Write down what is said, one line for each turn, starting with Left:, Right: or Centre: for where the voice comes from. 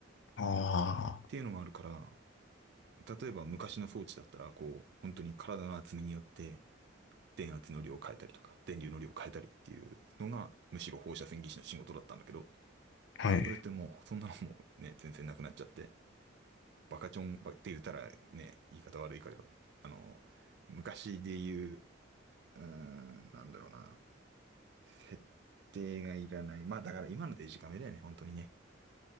Left: あ
Right: っていうのがあるから、例えば昔の装置だったら、こう、本当に体の厚みによって電圧の量を変えたりとか、電流の量を変えたりっていうのが、むしろ放射線技師の仕事だったんだけど、
Left: あ、はい。
Right: それってもう、そんなのもね、全然なくなっちゃって、バカチョンばって言ったらね、言い方悪いから、あの、昔で言う、うーん、なんだろうな。設定がいらない。まあだから今のデジカメだよね、本当にね。